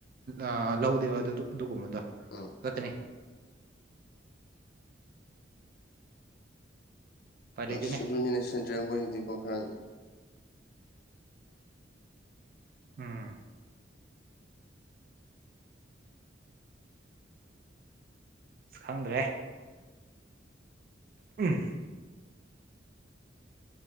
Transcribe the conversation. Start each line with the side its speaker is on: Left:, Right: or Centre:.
Right: ꯑ ꯂꯧꯗꯦꯕ ꯑꯗꯨꯗꯨ ꯑꯗꯨꯒꯨꯝꯕꯗꯣ
Left: ꯑꯥ
Right: ꯂꯛꯀꯅꯤ ꯎꯄꯥꯏ ꯂꯩꯇꯦꯅꯦ
Left: ꯑꯁ ꯑꯗꯨꯅꯤꯅꯦ ꯁꯦꯟꯇ꯭ꯔꯦꯜ ꯈꯣꯏꯗꯤꯀꯣ ꯈꯔ
Right: ꯎꯝ ꯑꯁ ꯈꯪꯗ꯭ꯔꯦꯍꯦ ꯎꯝ